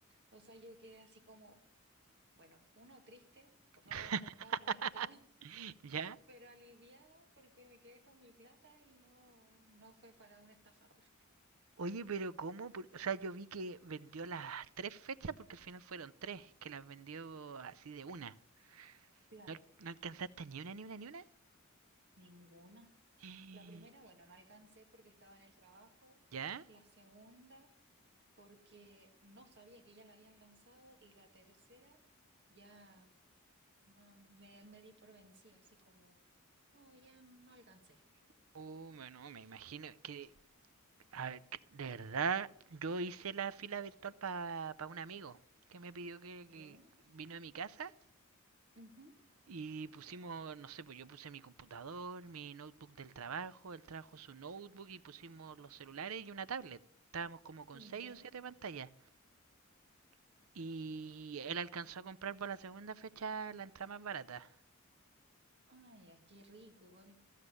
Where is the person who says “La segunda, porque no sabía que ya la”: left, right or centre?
Right